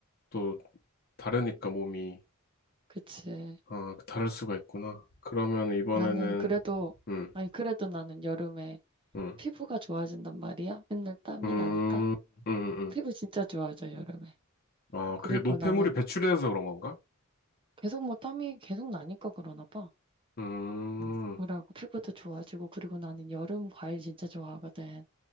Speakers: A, on the left; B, on the right.
A: 또 다르니까 몸이,
B: 그치.
A: 어, 다를 수가 있구나. 그러면 이번에는,
B: 나는 그래도
A: 음,
B: 아니 그래도 나는 여름에
A: 음,
B: 피부가 좋아진단 말이야. 맨날 땀이
A: 음,
B: 나니까.
A: 음, 음.
B: 피부
A: 음.
B: 진짜 좋아져, 여름에.
A: 아,
B: 그리고
A: 그게 노폐물이
B: 나는
A: 배출이 돼서 그런 건가?
B: 계속 뭐 땀이 계속 나니까 그러나 봐.
A: 음,
B: 음, 뭐라고 피부도 좋아지고 그리고 나는 여름 과일 진짜 좋아하거든.